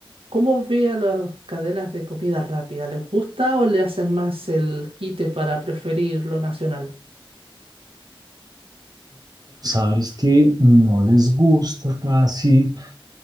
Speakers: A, on the right; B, on the right.
A: ¿cómo ve a las cadenas de comida rápida? ¿Les gusta o le hacen más el quite para preferir lo nacional?
B: Sabes que no les gusta casi